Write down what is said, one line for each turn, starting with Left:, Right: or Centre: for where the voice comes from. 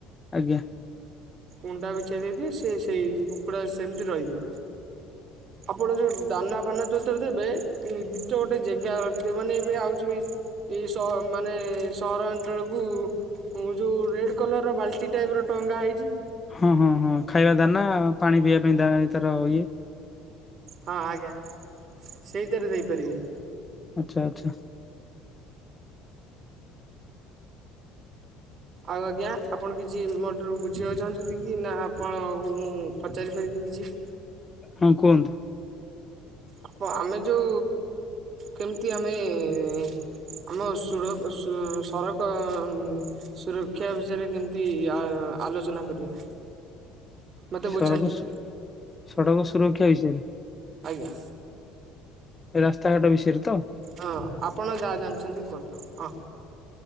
Left: ଆଜ୍ଞା।
Right: କୁଣ୍ଡା ବିଛେଇଦେଇଥିବେ ସେ ସେଇ କୁକୁଡ଼ା ସେମିତି ରହିବେ ଆପଣ ଯୋଉ ଦାନା ଫାନା ଯୋଉଥିରେ ଦେବେ ନିର୍ଦ୍ଧିଷ୍ଟ ଗୋଟେ ଯେଗା ରଖିଥିବେ ମାନେ ଏବେ ଆଉଛି ଏଇ ସହର ମାନେ ସହରାଞ୍ଚଳକୁ। ହୁଁ ଯୋଉ ରେଡ଼୍ କଲରର ବାଲ୍ଟି ଟାଇପର ଟଙ୍ଗା ହୋଇଛି।
Left: ହଁ ହଁ ହଁ ଖାଇବା ଦାନା ପାଣି ପିଇବା ପାଇଁ ଏ ତାର ଇଏ
Right: ହଁ ଆଜ୍ଞା ସେଇଥିରେ ଦେଇପାରିବେ।
Left: ଆଚ୍ଛା ଆଚ୍ଛା।
Right: ଆଉ ଆଜ୍ଞା, ଆପଣ କିଛି ମୋ ଠାରୁ ବୁଝିବାକୁ ଚାହୁଁଛନ୍ତି କି? ନା, ଆପଣଙ୍କୁ ମୁଁ ପଚାରିପାରିବି କିଛି?
Left: ହଁ, କୁହନ୍ତୁ।
Right: ଆପ ଆମେ ଯଉ, କେମିତି ଆମେଁ -ଏ ଆମ ସୁଡ଼କ ସୁ-ସରକ-ଉଁ ସୁରକ୍ଷା ବିଷୟରେ କେମିତି ଆ ଆଲୋଚନା କରିବା? ମୋତେ
Left: ସଡ଼କ
Right: ବୁଝାନ୍ତୁ
Left: ସୁ,
Right: ଟିକେ
Left: ସଡ଼କ ସୁରକ୍ଷା ବିଷୟରେ।
Right: ଆଜ୍ଞା।
Left: ଏ ରାସ୍ତାଘାଟ ବିଷୟରେ ତ!
Right: ହଁ, ଆପଣ ଯାହା ଜାଣିଛନ୍ତି, କୁହନ୍ତୁ ଅଁ।